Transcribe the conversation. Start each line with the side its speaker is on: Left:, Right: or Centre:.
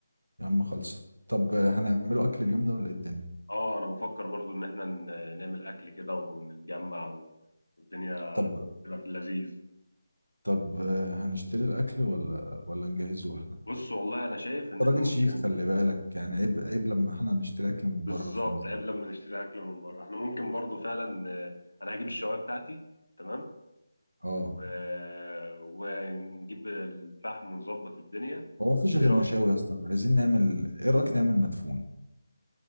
Right: يا عم خلص طب آه، هنعمله اكل اليوم ده ولا ايه الدنيا
Left: اه انا بفكر برضو ان احنا ن- نعمل اكل كده ونتجمع و- والدنيا
Right: طب
Left: تبقى في اللذيذ
Right: طب آه، هنشتري الاكل ولا ولا نجهزه احنا
Left: بص والله انا شايف ان
Right: أنت
Left: احنا
Right: راجل
Left: ممكن
Right: شيف خلي بالك يعني عيب عيب لما احنا نشتري اكل من
Left: بالظبط
Right: بره في يوم زي
Left: عيب
Right: ده
Left: لما نشتري اكل من بره احنا ممكن برضو فعلا آه، انا هجيب الشوايه بتاعتي تمام
Right: اه
Left: و... ونجيب الفحم ونظبط الدنيا
Right: هو مفيش غير
Left: ايه رأيك؟
Right: مشاوي يا اسطى عايزين نعمل ايه رايك نعمل مدفون